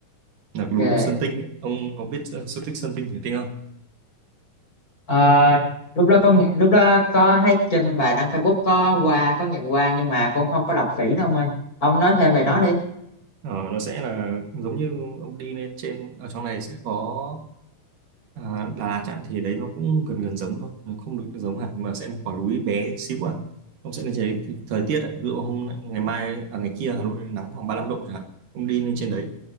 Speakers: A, on the right; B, on the left.
A: là cái núi
B: okay.
A: Sơn Tinh ấy. ông có biết ờ, sự tích Sơn Tinh Thủy Tinh không
B: Ờ, lúc đó con nghĩ- lúc đó có thấy trên bài đăng Facebook có qua có nhìn qua nhưng mà con không có đọc kỹ đâu ông ơi ông nói thêm về nó đi
A: ờ, nó sẽ là giống như ông đi lên trên ở trong này sẽ có à, Đà Lạt chẳng thì đấy nó cũng gần gần giống thôi nó không được giống hẳn mà sẽ một quả núi bé xíu à ông sẽ lên trên đấy thì thời tiết ấy, ví dụ hôm ngày mai à, ngày kia Hà Nội nắng khoảng ba mươi lăm độ chẳng hạn ông đi lên trên đấy